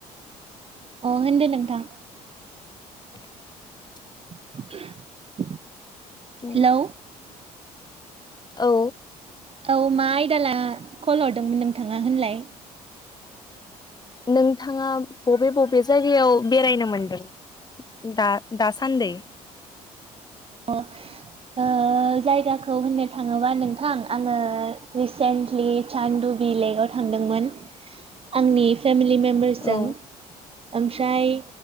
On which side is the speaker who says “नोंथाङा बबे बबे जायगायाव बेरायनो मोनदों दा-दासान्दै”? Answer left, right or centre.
Left